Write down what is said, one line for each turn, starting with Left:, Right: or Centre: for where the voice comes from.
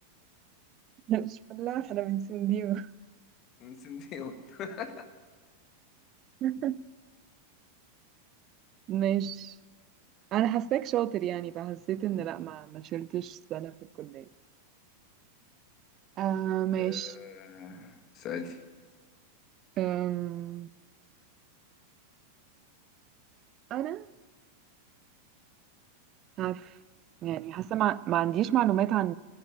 Right: انا مش فلاح انا من سنديو
Left: سن ديون <laughs>
Right: <laughs> ماشي انا حاساك شاطر يعني فحسيت ان لا ما ما شلتش سنه في الكليه آه ماشي
Left: آه... سألتي
Right: أم... انا عارف يعني حاسه ما... ما عنديش معلومات عن